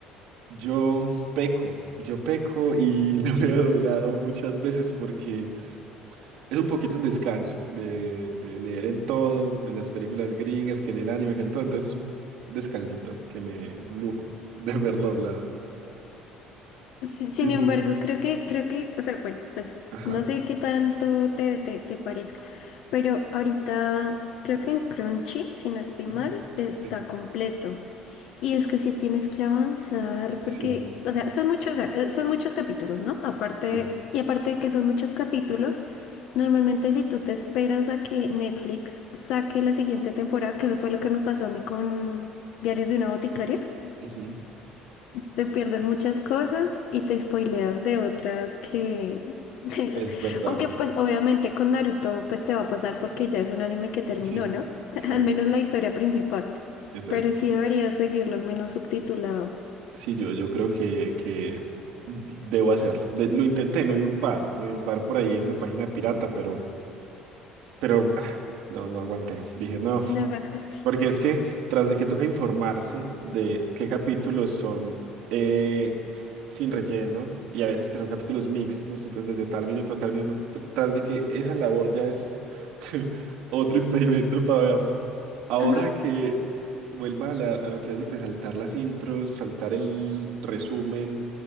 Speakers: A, on the right; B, on the left.
A: Yo peco, yo peco y <laughs> lo he doblado muchas veces porque es un poquito un descanso de, de leer en todo, en las películas gringas, que en el anime, que en todo. Entonces es un descansito, que me, un lujo de <laughs> verlo doblado.
B: Si- Sin
A: Y tú,
B: embargo, creo que, creo que, o sea, bueno, pues
A: Ajá,
B: no sé qué tanto te, te, te parezca, pero ahorita creo que en Crunchy, si no estoy
A: Ujú.
B: mal, está
A: Sí.
B: completo. Y es que sí tienes que avanzar,
A: sí,
B: porque, o sea, son muchos, eh, son muchos capítulos, ¿no? Aparte,
A: sí,
B: y aparte de que son muchos capítulos, normalmente si tú te esperas a que Netflix saque la siguiente temporada, que eso fue lo que me pasó a mí con Diarios de una boticaria,
A: Ujú.
B: te pierdes muchas cosas y te spoileas de otras que, <laughs>
A: es verdad.
B: aunque pues obviamente con Naruto pues te va a pasar porque ya es un anime que terminó,
A: Sí,
B: ¿no? <laughs>
A: sí,
B: Al menos la historia principal,
A: exacto.
B: pero sí deberías seguirlo al menos subtitulado.
A: Sí, yo, yo creo que, que debo hacerlo. De- lo intenté, me vi un par, me vi un par por ahí en una página pirata, pero, pero ah, no, no aguanté. Dije, no.
B: No aguantaste.
A: Porque es que tras de que toca informarse de qué capítulos son eh, sin relleno y a veces que son capítulos mixtos, entonces desde tal minuto a tal minuto, tr- tras de que esa labor ya es <laughs> otro impedimento para verlo, ahora
B: Ajá.
A: que vuelva a, la- a lo clásico de saltar las intros, saltar el resumen,